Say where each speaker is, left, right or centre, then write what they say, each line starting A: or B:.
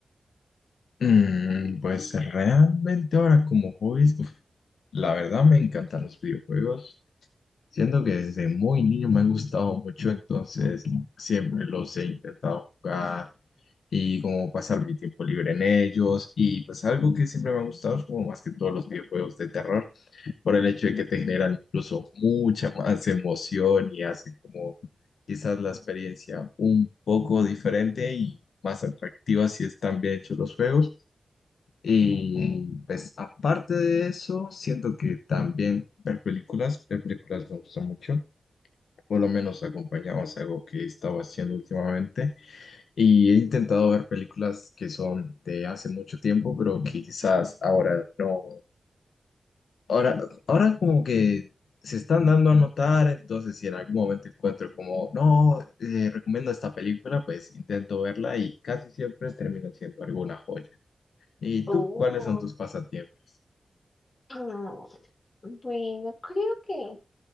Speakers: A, on the left (about 85°); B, on the left (about 45°).
A: Mm, pues realmente ahora como hobbies, uf, la verdad me encantan los videojuegos. Siento que desde muy niño me han gustado mucho, entonces siempre los he intentado jugar y como pasar mi tiempo libre en ellos. Y pues algo que siempre me ha gustado es como más que todos los videojuegos de terror. por el hecho de que te generan incluso mucha más emoción y hacen como quizás la experiencia un poco diferente y más atractiva si están bien hechos los juegos. Y pues aparte de eso, siento que también ver películas, ver películas me gusta mucho. Por lo menos acompañados a algo que he estado haciendo últimamente. Y he intentado ver películas que son de hace mucho tiempo, pero que quizás ahora no, Ahora, ahora como que se están dando a notar, entonces si en algún momento encuentro como, no, eh, recomiendo esta película, pues intento verla y casi siempre termina siendo alguna joya. ¿Y tú
B: Oh,
A: cuáles son tus pasatiempos?
B: mm, bueno, creo que